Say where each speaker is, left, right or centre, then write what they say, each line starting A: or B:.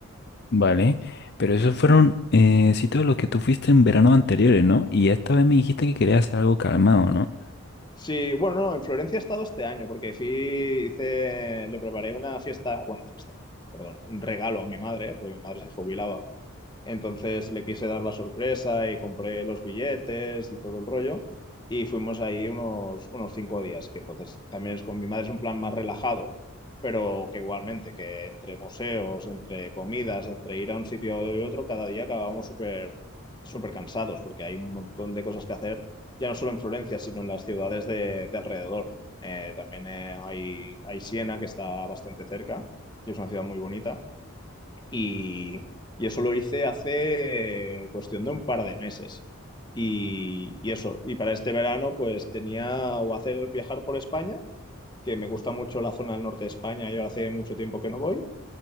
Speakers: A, on the left; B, on the left.
A: Vale, pero esos fueron eh, sitios a los que tú fuiste en verano anteriores, ¿no? Y esta vez me dijiste que querías hacer algo calmado, ¿no?
B: Sí, bueno, no, en Florencia he estado este año porque sí hice, le preparé una fiesta, bueno, una fiesta, perdón, un regalo a mi madre, porque mi madre se jubilaba entonces le quise dar la sorpresa y compré los billetes y todo el rollo. Y fuimos ahí unos, unos cinco días, que entonces también es con mi madre, es un plan más relajado, pero que igualmente, que entre museos, entre comidas, entre ir a un sitio y otro, cada día acabábamos súper súper cansados, porque hay un montón de cosas que hacer, ya no solo en Florencia, sino en las ciudades de, de alrededor. Eh, también eh, hay, hay Siena, que está bastante cerca, y es una ciudad muy bonita. Y, y eso lo hice hace eh, cuestión de un par de meses. Y, y eso, y para este verano pues tenía o hacer viajar por España, que me gusta mucho la zona del norte de España y ahora hace mucho tiempo que no voy,